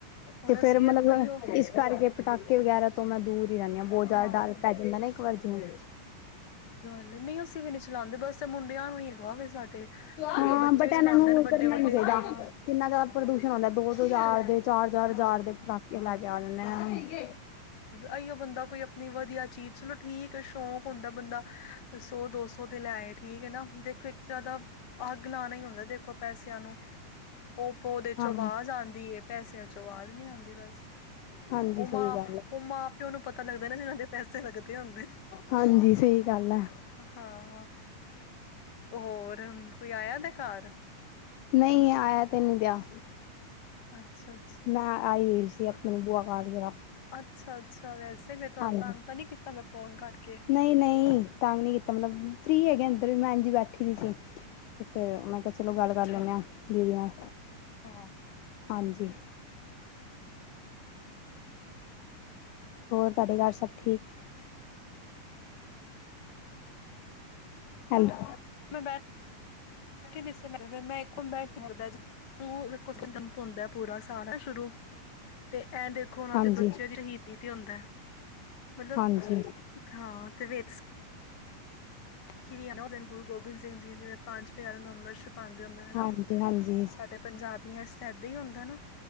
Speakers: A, on the left; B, on the left.
A: ਹੁਣ
B: ਤੇ
A: ਅਸੀਂ
B: ਫੇਰ
A: ਵੇਖੋ
B: ਮਤਲਬ
A: ਈਓ
B: ਇਸ ਕਰਕੇ ਪਟਾਕੇ ਵਗੈਰਾ ਤੋਂ ਮੈਂ ਦੂਰ ਹੀ ਰਹਿੰਦੀ ਹਾਂ। ਬਹੁਤ
A: ਹਾਂ।
B: ਜ਼ਿਆਦਾ ਡਰ ਪੈ ਜਾਂਦਾ ਨਾ ਇੱਕ ਵਾਰ ਜਿਵੇਂ।
A: ਨਹੀਂ-ਨਹੀ ਅਸੀਂ ਵੀ ਨ ਚਲਾਉਦੇ, ਬਸ ਮੁੰਡਿਆਂ ਨੂੰ ਹ ਵ ਸਾਡੇ ਉ
B: ਹਾਂ
A: ਵੀ ਉਹ ਬੱਚੇ
B: ਬਟ
A: ਵੀ ਚਲਾਉਂਦੇ
B: ਇਹਨਾਂ ਨੂੰ
A: ਨੇ ਵੱਡੇ-
B: ਕਰਨਾ
A: ਵੱਡੇ
B: ਨੀ ਚਾਹੀਦਾ
A: ਹਾਂ।
B: ਕਿੰਨਾ ਜਿਆਦਾ ਪ੍ਰਦੂਸ਼ਣ ਹੁੰਦਾ। ਦੋ- ਦੋ ਹਜ਼ਾਰ ਦੇ ਚਾਰ- ਚਾਰ
A: ਹਾਂ।
B: ਹਜ਼ਾਰ ਦੇ ਪਟਾਕੇ ਲੈ ਕੇ ਆ ਜਾਂਦੇ ਆ।
A: ਆਈ ਬੰਦਾ ਕੋਈ ਆਪਣੀ ਵਧੀਆ ਚੀਜ਼। ਚਲੋ ਠੀਕ ਹੈ ਸ਼ੌਕ ਹੁੰਦਾ ਬੰਦਾ, ਸੌ ਦੋ ਸੌ, ਦੇ ਲੈ ਆਏ ਠੀਕ ਹੈ ਨਾ ਦੇਖੋ। ਇੱਕ ਤਰ੍ਹਾਂ ਦਾ ਅੱਗ ਲਾਉਣਾ ਹੀ ਹੁੰਦਾ ਦੇਖੋ ਪੈਸਿਆਂ ਨੂੰ ਓਪੋ ਉਹਦੇ ਚੋਂ
B: ਹਾਂ
A: ਆਵਾਜ਼ ਆਉਂਦੀ ਏ, ਪੈਸਿਆਂ ਚੋਂ ਆਵਾਜ਼ ਨਹੀਂ ਆਉਂਦੀ ਬਸ
B: ਹਾਂਜੀ
A: ਉਹ
B: ਸਹੀ
A: ਮਾਂ,
B: ਗੱਲ ਹੈ
A: ਉਹ ਮਾਂ ਪਿਓ ਨੂੰ ਪਤਾ ਲੱਗਦਾ ਨਾ ਜਿਨਾਂ ਦੇ ਪੈਸੇ ਲੱਗਦੇ ਹੁੰਦੇ ਨ
B: ਹਾਂਜੀ ਸਹੀ ਗੱਲ ਹੈ
A: ਹਾਂ। ਹੋਰ ਕੋਈ ਆਇਆ ਪੇ ਘਰ?
B: ਨਹੀਂ ਆਇਆ ਤੇ ਨਹੀਂ ਪਿਆ।
A: ਅੱਛਾ ਅੱਛਾ
B: ਨਾ ਆਈ ਹੋਈ ਸੀ ਆਪਣੇ ਬੁਆ ਵੱਲ ਜਰਾ।
A: ਅੱਛਾ ਅੱਛਾ। ਵੈਸੇ ਫੇਰ ਤੁਹਾਨੂੰ
B: ਹਾਂਜੀ
A: ਤੰਗ ਤਾਂ ਨਹੀਂ ਕੀਤਾ। ਮੈਂ ਫੋਨ ਕਰਕੇ
B: ਨਹੀਂ ਨਹੀਂ ਤੰਗ ਨਹੀਂ ਕੀਤਾ, ਮਤਲਬ ਫ੍ਰੀ ਹੈਗੇ, ਅੰਦਰ ਵੀ ਮੈਂ ਬੈਠੀ ਦੀ ਸੀ। ਤੇ ਫਿਰ ਮੈਂ ਕਿਹਾ ਚਲੋ ਗੱਲ ਕਰ
A: ਅੱਛਾ
B: ਲੈਂਦੇ ਆਂ, ਫ੍ਰੀ ਆ,
A: ਹਾਂ
B: ਹਾਂਜੀ ਹੋਰ ਤੁਹਾਡੇ ਘਰ, ਸਭ ਠੀਕ ਹੈਲੋ
A: ਮੈਂ ਬੈਠਢੀ ਸੀ, ਮੈਂ ਇੱਕੋ ਬੈਠ ਕੇ, ਹਿਲਦਾ ਹੈ ਜੋ। ਕੁਝ ਦਿਨ ਤੋ ਹੁੰਦਾ, ਪੂਰਾ ਸਾਲ ਐ ਸ਼ੁਰੂ, ਤੇ ਐਂਡ ਉਹਨਾਂ
B: ਹਾਂਜੀ
A: ਦੇ ਬੱਚਿਆਂ ਦੀ ਹੀਦੀ ਤੇ ਹੁੰਦਾ ਹੈ, ਮਤਲਬ
B: ਹਾਂਜੀ।
A: ਹਾਂ ਤੇ ਵੇਕ ਚਿੜਿਆ ਨੇ ਔ, ਗੁਰੂ ਗੋਬਿੰਦ ਸਿੰਘ ਜੀ ਦੇ, ਜਿਵੇਂ ਪੰਜ ਪਿਆਰਾਂ ਨੂੰ ਅੰਮ੍ਰਿਤ ਛਕਾਉਂਦੇ ਹੁੰਦੇ, ਹੈਨਾ।
B: ਹਾਂਜੀ ਹਾਂਜੀ
A: ਸਾਡੇ ਪੰਜਾਬਿਆਂ ਚ ਇਹਦਾਂ ਹੀ ਹੁੰਦਾ ਨਾ।